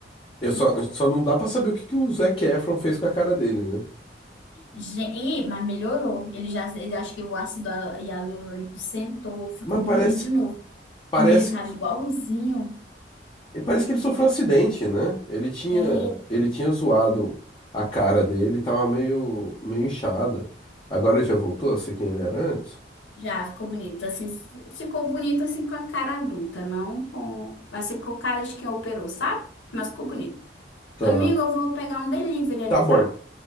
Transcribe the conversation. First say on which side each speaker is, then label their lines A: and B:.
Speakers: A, on the left; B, on the left.
A: Eu só,
B: Muito bom.
A: só não dá pra saber o que, que o Zac Efron fez com a cara dele, né?
B: Gente, mas melhorou. Ele já, ele acho que o ácido hialurônico sentou, ficou
A: Mas parece,
B: bonito de novo.
A: parece
B: Ele tava igualzinho.
A: E Parece que ele sofreu um acidente, né? Ele tinha,
B: É,
A: ele tinha zoado a cara dele, tava meio, meio inchada. Agora ele já voltou a ser quem ele era antes?
B: já ficou bonito. Assim, ficou bonito assim com a cara adulta, não com. Mas ficou cara de quem operou, sabe? Mas ficou bonito.
A: Tá.
B: Amigo, eu vou pegar um delivery ali,
A: Tá bom.
B: tá?